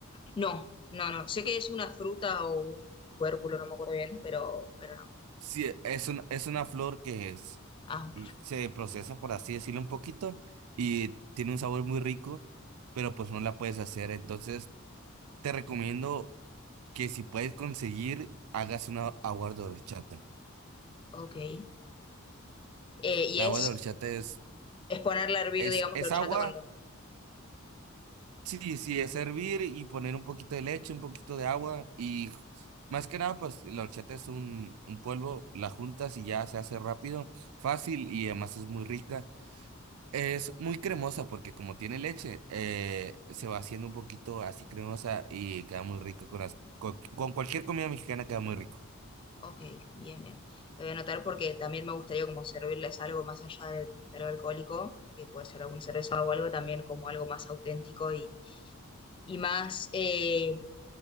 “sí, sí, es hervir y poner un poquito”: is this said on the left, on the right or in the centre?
Right